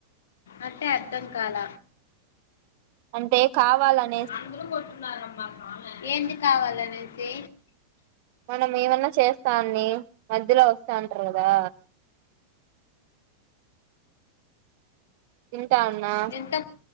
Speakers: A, on the left; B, on the right.
A: అంటే అర్ధంకాల
B: అంటే కావాలన్
A: అందరూ కొట్టున్నమ్మా ఏంటి కావాలనేసి
B: మనం ఏమన్నా చేస్తాఉన్ని మధ్యలో వస్తా ఉంటారు కదా తింటా ఉన్నా
A: ఎంత